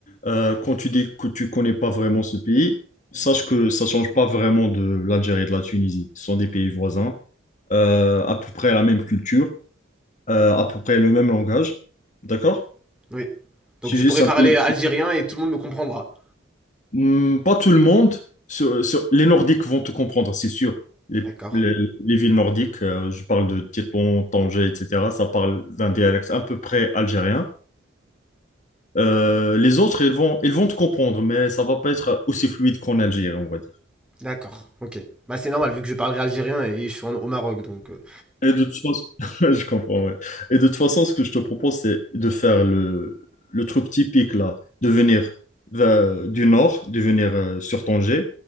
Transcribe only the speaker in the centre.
Oui. Donc
je
pourrais
parler
algérien et tout le monde me comprendra.
D'accord.
D'accord. Ok. Bah c'est normal vu que je parlerai algérien et je suis en- au Maroc donc. euh,